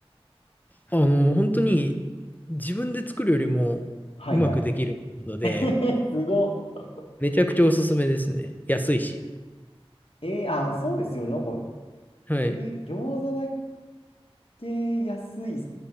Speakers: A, on the left (about 15°); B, on the left (about 65°).
A: あの、本当に自分で作るよりもうまくできるので、
B: はいはい。<laughs> すごっ。
A: めちゃくちゃおすすめですね。安いし。
B: えーあ、そうですよね。なんか、
A: はい。
B: えー餃子だけ安い